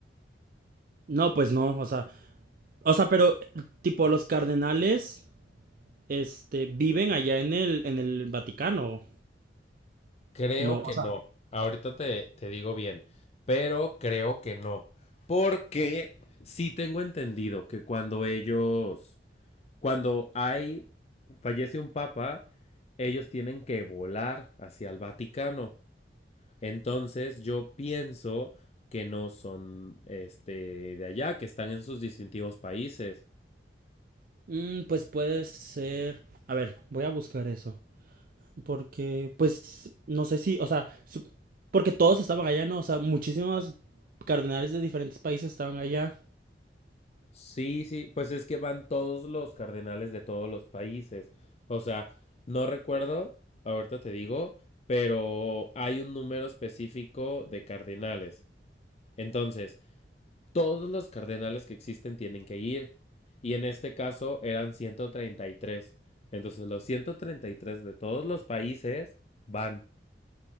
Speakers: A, on the right; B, on the left.
A: No, pues no, o sea, o sea, pero tipo los cardenales este, viven allá en el, en el Vaticano.
B: Creo
A: No.
B: que
A: O sea,
B: no. Ahorita te te digo bien, pero creo que no, porque sí tengo entendido que cuando ellos Cuando hay, fallece un papa, ellos tienen que volar hacia el Vaticano. Entonces yo pienso que no son este de allá, que están en sus distintivos países.
A: Mm, pues puede ser. A ver, voy a buscar eso. Porque, pues, no sé si, o sea, su- porque todos estaban allá, ¿no? O sea, muchísimos cardenales de diferentes países estaban allá.
B: Sí, sí, pues es que van todos los cardenales de todos los países. O sea, no recuerdo, ahorita te digo, pero hay un número específico de cardenales. Entonces, Todos los cardenales que existen tienen que ir. Y en este caso eran 133. Entonces los 133 de todos los países van.